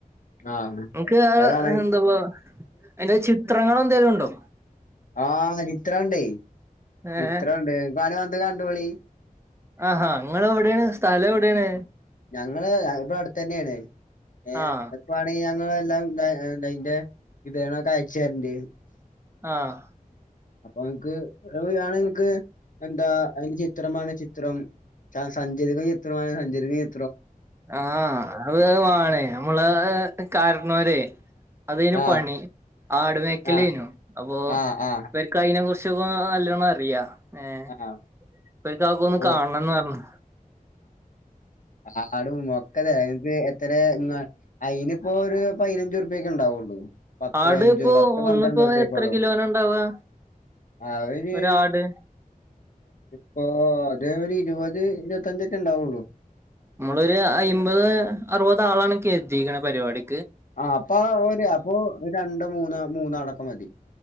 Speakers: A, on the left (about 65°); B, on the right (about 20°).
A: ആഹ്
B: നമക്ക്
A: അത് വേണേ
B: എന്താപ്പ അയിനെവച്ചു ചിത്രങ്ങളെന്തേലും ഒണ്ടോ?
A: ആ ചിത് ത്രോണ്ടേ. ചിത്രോണ്ട്
B: ഏഹ്
A: കാണാൻ. ത് കണ്ടോളീ.
B: ആ ആ നിങ്ങളെവിടെയാണ് സ്ഥലം എവിടെയാണ്?
A: ഞങ്ങള് ഇവിടെ അടുത്ത് തന്നെയാണ് ഏ എതൊക്കെ
B: ആഹ്
A: വേണെങ്കിൽ ഞങ്ങ എല്ലാം എന്ത അതിന്റെ വിപനമൊക്കെ അയച്ചതരണ്ടേ
B: ആഹ്
A: അപ്പൊ എൻക്ക് ആണ്ങ്ങക്ക് എന്താ അതിന്റെ ചിത്രമാണേ ചിത്രം സാ സഞ്ചതിക ചിത്രമാണ് സഞ്ചതിക ചി
B: ആഹ് അത് വാണേയ് നമ്മളെ കാര്ണോരെയ് അതേയ്ന്
A: ആഹ്
B: പണി ആടു മേക്കലേനു
A: ആഹ്
B: അപ്പൊ
A: ആഹ് ആഹ്
B: ഇവർക്ക് അയിനെ കുർച്ച് <unintelligible> നല്ലോണം അറിയാ ഏ
A: ആഹ്
B: ഇപ്പഴ്ത്താക്കൊന്ന്
A: ഓ
B: കാണണംന്ന് പർഞ്ഞ്
A: ആഹ് ആടുംമൊക്കതേ അത്‌ എത്തറേന്ന് അയിനിപ്പോ <unintelligible> പയ്നഞ്ചുറുപ്യോക്കെണ്ടാവുള്ളൂ പത്ത്
B: ആട്
A: പതിനഞ്ച്
B: ഇപ്പോ
A: പത്ത് പന്ത്രണ്ടുറർപ്യോക്കൊള്ളു
B: ഒന്നിപ്പോ എത്ര കിലോന ഇണ്ടാവാ
A: അവ്ഞ്ഞീ
B: ഒരാട്
A: പ്പോ അത് ഒരു ഇരുപത് ഇരുപത്തഞ്ചൊക്കെണ്ടാവുള്ളൂ
B: നമ്മളൊരു അയിമ്പത് അറുപത് ആളാണ്ക്കെ എത്തിക്കണ പരിപാടി
A: ആ അപ്പൊ ഒര് അപ്പൊ രണ്ട് മൂന്ന് മൂന്നാടക്ക മതി